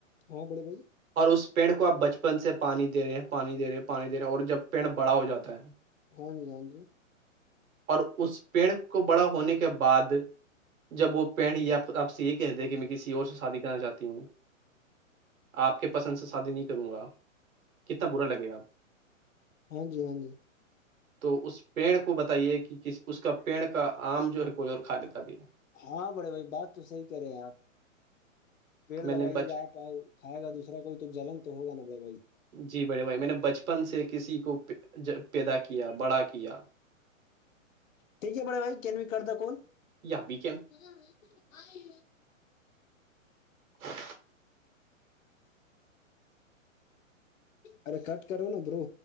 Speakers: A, on the left (about 70°); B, on the right (about 85°).
A: ہاں بولے بھائی
B: اور اس پیڑ کو آپ بچپن سے پانی دے رہے ہیں پانی دے رہے پانی دے رہے اور جب پیڑ بڑا ہو جاتا ہے
A: ہاں جی ہاں جی
B: اور اس پیڑ کو بڑا ہونے کے بعد جب وہ پیڑ یہ آپ سے یہ کہ د کہ میں کسی اور سے شادی کرنا چاہتی ہوں آپ کے پسند سے شادی نہیں کروں گا کتنا برا لگے گاپ
A: ہاں جی ہاں جی
B: تو اس پیڑ کو بتا یہ کہ اس کا پیڑ کا آم جو ہے کوئی اور کھا لیتا بھی ہے
A: ہاں بڑے بھائی بات تو صحی کرے ہیں آپ پیڑ
B: میں
A: لگائیے
B: نے بچ
A: گا آپ کھائے گا دوسرا کوئی تو جلن تو ہوگا نا ب بھائی
B: جی بڑے بھائی میں نے بچپن سے کسی کو پیدا کیا بڑا کیا
A: ٹھیک ہے بڑے بھائی کین بھی کرد کون
B: یا بھییکن
A: ہاں آئی
B: ا
A: ارے کٹ کر نا برو